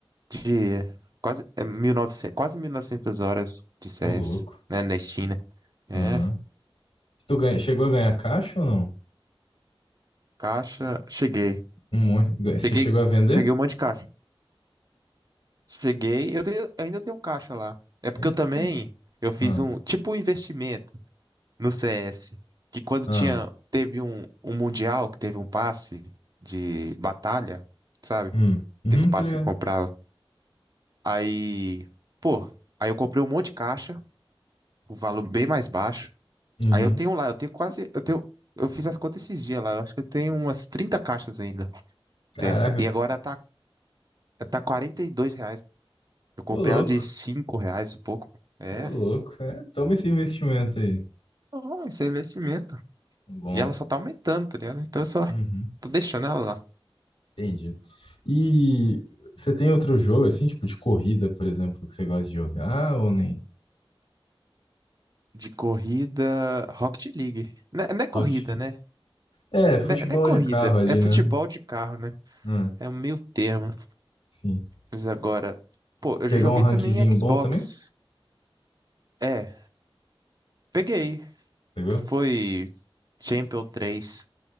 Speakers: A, on the right (about 40°); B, on the left (about 85°).
A: de quase é, 1900 quase 1900 horas de CS,
B: Ô, louco.
A: né, na Steam, né?
B: Aham.
A: É,
B: Tu ganha, chegou a ganhar caixa ou não?
A: caixa, cheguei.
B: Um monte. Ga- Você
A: Peguei,
B: chegou a vender?
A: peguei um monte de caixa. Cheguei, eu tenho- ainda tenho caixa lá. É porque
B: Tem?
A: eu também,
B: Pô.
A: eu fiz
B: Ah.
A: um, tipo um investimento. no CS, que quando
B: Ah.
A: tinha, teve um, um mundial que teve um passe de batalha, sabe?
B: Hum. Uhum,
A: Aquele passe
B: tô ligado.
A: que comprava. Aí, pô, aí eu comprei um monte de caixa, o valor bem mais baixo.
B: Uhum.
A: Aí eu tenho lá, eu tenho quase, eu tenho, eu fiz as contas esses dias lá, eu acho que eu tenho umas 30 caixas ainda
B: Caraca.
A: dessa. E agora tá, tá 42 reais. Eu comprei
B: Ô, louco.
A: ela de 5 reais e pouco. É,
B: Ô, louco. É, toma esse investimento aí.
A: bom, isso é investimento.
B: Bom.
A: E ela só tá aumentando, tá ligado? Então eu só
B: Uhum.
A: tô deixando ela lá.
B: Entendi. E você tem outro jogo, assim, tipo de corrida, por exemplo, que você gosta de jogar ou nem?
A: De corrida, Rocket League. Né- Não é, corrida,
B: Rocket League?
A: né?
B: É, futebol
A: Né- Não é, corrida,
B: de carro ali,
A: é futebol
B: né?
A: de carro, né?
B: Ah,
A: É um meio termo.
B: sim.
A: Mas agora, pô, eu
B: Pegou
A: já joguei
B: um rankzinho
A: também em Xbox.
B: bom também?
A: É, peguei.
B: Pegou?
A: Foi Champion 3.